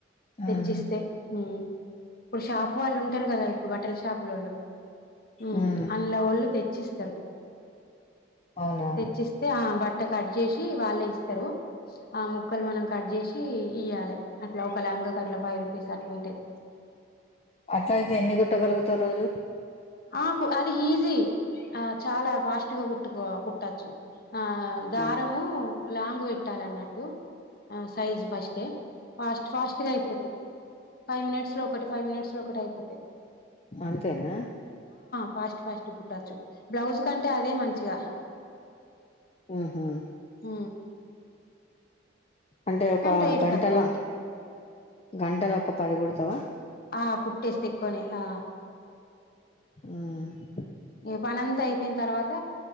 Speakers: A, on the left; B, on the left.
A: తెచ్చిస్తే
B: ఉమ్
A: హు ఇప్పుడు షాప్ వాళ్ళు ఉంటారు కదా ఇప్పుడు బటల్ షాపులోళ్ళు హు
B: ఉమ్
A: అందులోళ్ళు తెచ్ చ్చిస్తరు
B: అవునవును
A: తెచ్చిస్తే ఆ బట్ట చేసి వాళ్ళే ఇస్తారు ఆ ముక్కలు మనం కట్ చేసి ఇయాలే అట్లా ఒక లంగ కట్ ఫైవ్ రూపీస్ అట్ల ఉంటది
B: అట్లా అయితే ఎన్ని గుట్టగలుగుతవ్ రోజు
A: ఆ కు అది ఈజీ ఆ చాలా ఫాస్ట్ గా కుట్టుకో కుట్టచ్చు ఆ దారము
B: ఉమ్,
A: లాంగు పెట్టాలన్నట్టు ఆ సైజు ఫస్ట్ే ఫాస్ట్ ఫాస్ట్గా అయిపోతది ఫైవ్ మినిట్స్ లో ఒకటి ఫై్ినిట్స్ లో ఒకటైపోతై
B: అంతేనా
A: ఫాస్ట్ ఫాస్ట్గ కుట్టచ్చు బ్లౌజ్ కంటే అదే మంచిగా
B: ఆహ
A: హ
B: అంటే ఒక
A: కానీ రేటు
B: గంటల
A: తక్కువ ఉంటది
B: గంటల ఒక పది కుడతావా
A: ఆ కుట్టే తక్కనే ఆ
B: ఆ
A: ఇగ పనంత అయిపోయిన తర్వాత